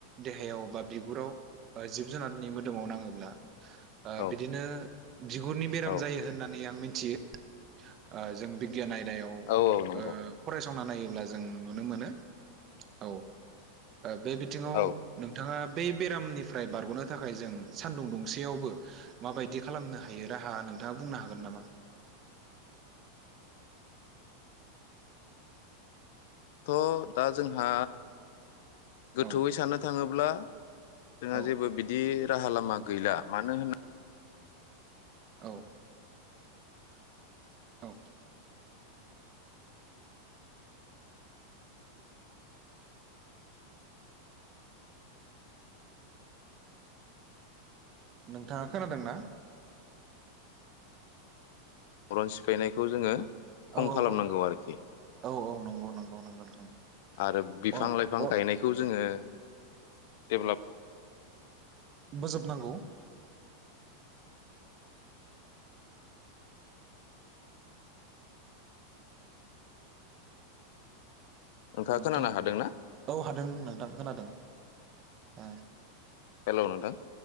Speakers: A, on the right (about 35°); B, on the left (about 65°).
A: देहायाव बा बिगुराव बा जिब जुनारनि मोदोमाव नाङोब्ला ओ
B: औ
A: बिदिनो बिगुरनि बेराम
B: औ
A: जायो होननानै आं मिन थियो ओ जों बिगियान आय याव
B: औ नंगौ
A: ओ फराय संना नायोब्ला जों नुनो मोनो औ ओ बे बिथिङाव
B: औ
A: नोंथाङा बे बेरामनिफ्राय बारगनो थाखाय जों सानदुं दुंसेयावबो माबायदि खालामनो हायो राहा नोंथाङा बुंनो हागोन नामा?
B: थ दा जोंहा गोथौयै
A: औ
B: साननो थाङोब्ला जोंहा
A: औ
B: जेबो बिदि राहा लामा गैला मानो होन
A: औ औ नोंथाङा खोनादों ना?
B: अरन सिफायनायखौ जोङो खम
A: औ औ
B: खालामनांगौ
A: औ
B: आरोखि।
A: औ औ नंगौ नंगौ नंगौ नोंथां।
B: आरो बिफां
A: अ
B: लाइफां
A: अ
B: गायनायखौ जोङो देबलब
A: बोजोबनांगौ
B: नोंथाङा
A: नोंथांआ
B: खोनानो हादोंना
A: औ हादों नोंथां खोनादों। आ
B: हेलौ नोथां